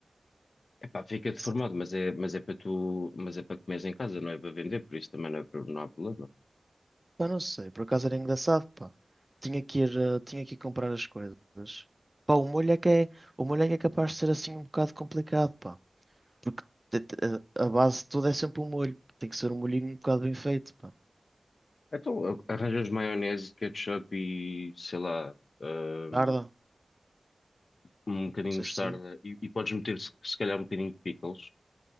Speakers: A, on the left; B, on the right.
A: Epá, fica
B: Não
A: deformado,
B: sei.
A: mas é, mas é para tu, mas é para comeres em casa, não é para vender, por isso também não, é pro- não há problema.
B: Pá, não sei, por acaso era engraçado, pá. Tinha que ir, eh, tinha que ir comprar as coisas. Pá, o molho é que é, o molho é que é capaz de ser assim um bocado complicado, pá. Porque te- te- a a base de tudo é sempre o molho. Tem que ser um molhinho um bocado bem feito, pá.
A: Então, arranjas maionese, ketchup e, sei lá, hum,
B: Tarda, não
A: um bocadinho
B: sei
A: de
B: se...
A: mostarda e, e podes meter se, se calhar um bocadinho de pickles,